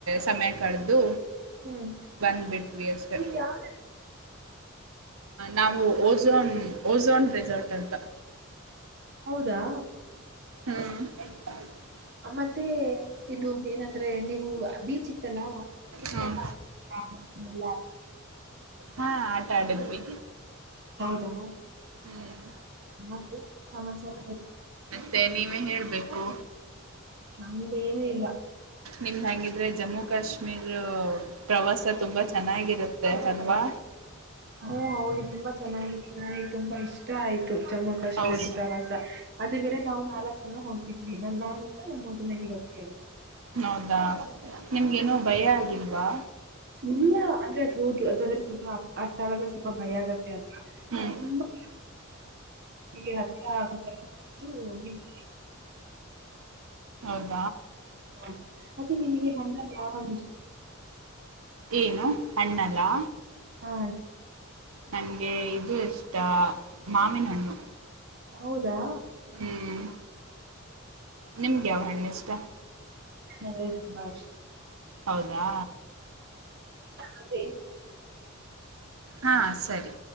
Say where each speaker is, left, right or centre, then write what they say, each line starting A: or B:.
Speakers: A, on the right; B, on the right.
A: ಸಮಯ ಕಳೆದು
B: ಹ್ಮ್
A: ಬನ್ ಬಿಟ್ ಅಷ್ಟೇ
B: ಯಾವ್ದು
A: ನಾವು ಓಝೋನ್ ಓಝೋನ್ ರೆಸಾರ್ಟ್ ಅಂತ
B: ಹೌದಾ
A: ಹ್ಮ
B: ಮತ್ತೆ ಇದು ಏನಂದ್ರೆ ನೀವು ಅ ಬಿಜಿತ್ ಬಿಚಿತಲ್ಲ
A: ಹ್ಮ್ ಹಾ ಆಟ ಆಡಿದ್ವಿ.
B: ಹೌದಾ
A: ಹ್ಮ್
B: ಮತ್ತೆ ಸಮಾಚಾರ
A: ಮತ್ತೆ ನೀವೇ ಹೇಳ್ಬೇಕು.
B: ನಮ್ಮದೇನು ಇಲ್ಲ.
A: ನಿಮ್ಡ್ ಹೆಂಗಿದ್ರೆ ಜಮ್ಮು ಕಾಶ್ಮೀರ್ ಪ್ರವಾಸ ತುಂಬಾ ಚೆನ್ನಾಗಿರುತ್ತೆ ಅಲ್ವಾ?
B: ಹ್ಮ್ ಹೌದು ತುಂಬಾ ಚೆನ್ನಾಗಿತ್ತು ನನಗೆ ತುಂಬಾ ಇಷ್ಟ ಆಯ್ತು ಜಮ್ಮು ಕಾಶ್ಮೀರದ
A: ಹೌದು
B: ಪ್ರವಾಸ ಅದು ಬೇರೆ ನಾವು ನಾಲ್ಕ್ ಜನ ಹೋಗಿದ್ವಿ ನಾನ್ ಒಬ್ಳು ನನ್ನ ಮೂರು ಜನ ಗೆಳತಿಯರು.
A: ಹೌದಾ ನಿಮ್ಗೇನೋ ಭಯ ಆಗಿಲ್ವಾ?
B: ಇಲ್ಲ ಅಂದ್ರೆ ಅದು ಹೌದು ಅದಂದ್ರೆ ಆ ಸ್ಥಳಗಳು ಸ್ವಲ್ಪ ಸ್ವಲ್ಪ ಭಯ ಆಗತ್ತೆ ಅಂತ
A: ಹ್ಮ್
B: ಅಲ್ಲ ತುಂಬಾ <inaudible> ಅದು ಹೋಗಿದ್ವಿ.
A: ಹೌದ.
B: ಹೌದ ಮತ್ತೆ ನಿಮಗೆ ಹಣ್ಣಲ್ಲಿ ಯಾವ ಹಣ್ಣ ಇಷ್ಟ?
A: ಏನು ಹಣ್ಣ ಅಲ್ಲಾ.
B: ಹಾ
A: ನನಗೆ ಇದು ಇಷ್ಟ ಮಾವಿನ ಹಣ್ಣು.
B: ಹೌದಾ
A: ಹ್ಮ್ ನಿಮ್ಗೆ ಯಾವ ಹಣ್ಣು ಇಷ್ಟ.
B: ನನಗೆ ತುಂಬಾ ಇಷ್ಟ.
A: ಹೌದಾ
B: ಆದ್ರೆ
A: ಹಾ ಸರಿ.